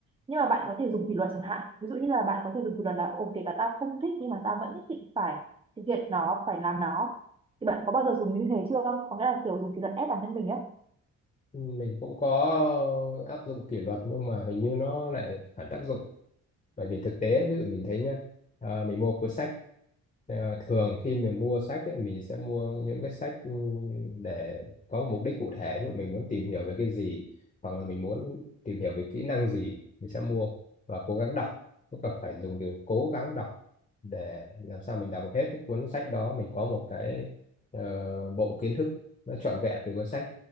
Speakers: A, on the right; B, on the left.
A: nhưng mà bạn có thể dùng kỷ luật chẳng hạn ví dụ như là bạn có thể dùng kỷ luật là ok cả tao không thích nhưng mà tao vẫn nhất định phải thực hiện nó phải làm nó thì bạn có bao giờ dùng như thế chưa có nghĩa là kiểu dùng kỷ luật ép bản thân mình á
B: mình cũng có áp dụng kỷ luật nhưng mà hình như nó lại phản tác dụng bởi vì thực tế ví dụ mình thấy nhá ờ, mình mua cuốn sách ờ, thường khi mình mua sách ấy, mình sẽ mua những cái sách ừ, để có một mục đích cụ thể ví dụ mình muốn tìm hiểu về cái gì hoặc là mình muốn tìm hiểu về kỹ năng gì mình sẽ mua và cố gắng đọc tức là phải dùng từ cố gắng đọc để làm sao mình đọc hết cái cuốn sách đó mình có một cái ờ, bộ kiến thức nó trọn vẹn từ cuốn sách